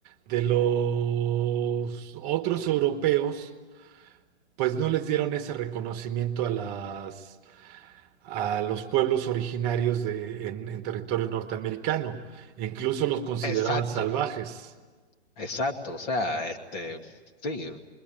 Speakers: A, on the right; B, on the left.
A: de los otros europeos, pues no les dieron ese reconocimiento a las, a los pueblos originarios de, en, en territorio norteamericano, e incluso los consideraban
B: Exacto,
A: salvajes.
B: exacto. O sea, este, sí,